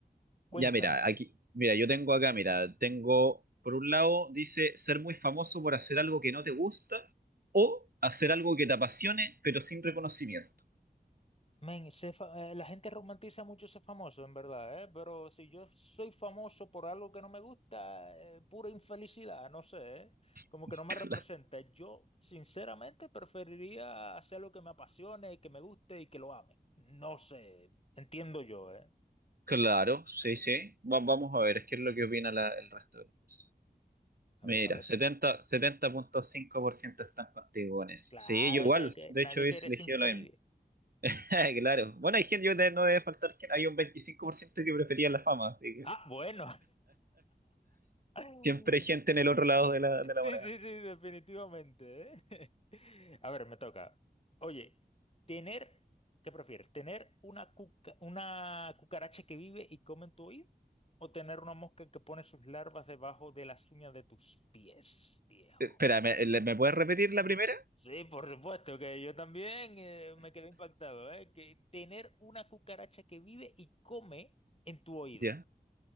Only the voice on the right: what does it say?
Ya mira, aquí, mira, yo tengo acá, mira, tengo, por un lado dice ser muy famoso por hacer algo que no te gusta o hacer algo que te apasione pero sin reconocimiento.
<laughs>
Cla-
Claro, sí, sí, Va- vamos a ver qué es lo que opina la- el resto de las personas.
Mira,
70, 70.5% están contigo en eso.
Sí, yo igual.
De
hecho, hubiese
elegido
lo mismo. <laughs> Claro. Bueno, hay gente, yo de- no debe faltar que hay un 25% que prefería la fama. Así que
siempre hay gente en el otro lado de
la, de
la moneda.
Eh, Espera, ¿me, le- me puedes repetir la primera?
Ya.